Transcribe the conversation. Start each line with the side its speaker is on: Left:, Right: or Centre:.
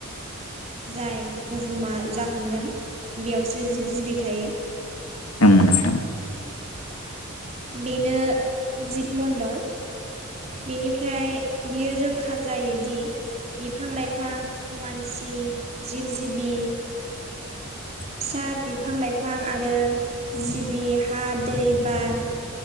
Right: जाय बुहुमा जाखांदों बेयावसो जिब जिबि थायो।
Left: ओं नोंथां
Right: बेनो जिब मण्डल। बेनिफ्राय बियो रोखा जायोदि। बिफां-लाइफां मानसि जिब जिबि।
Left: <inaudible>
Right: फिसा बिफां-लाइफां आरो जिबि हा दै बार।